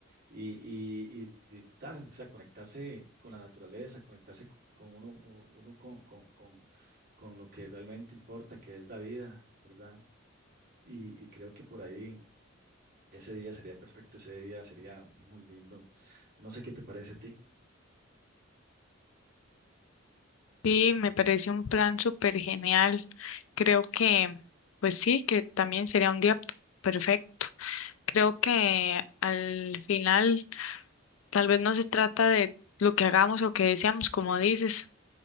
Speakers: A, on the right; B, on the left.
A: y, y, y disfrutar, o sea, conectarse con la naturaleza, conectarse con con uno, uno con, con, con, con lo que realmente importa, que es la vida, ¿verdad? Y, y creo que por ahí ese día sería perfecto, ese día sería muy lindo. No sé qué te parece a ti.
B: Sí, me parece un plan súper genial. Creo que, pues sí, que también sería un día p- perfecto. Creo que al final tal vez no se trata de lo que hagamos o que deseamos, como dices,